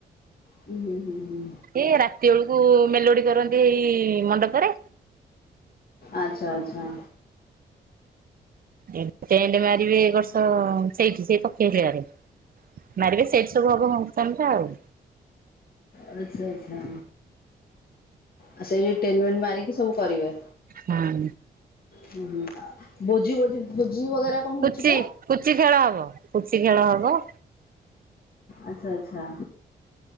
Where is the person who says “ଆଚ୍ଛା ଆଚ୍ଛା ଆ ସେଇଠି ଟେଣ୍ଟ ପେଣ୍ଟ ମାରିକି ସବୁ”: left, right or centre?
Left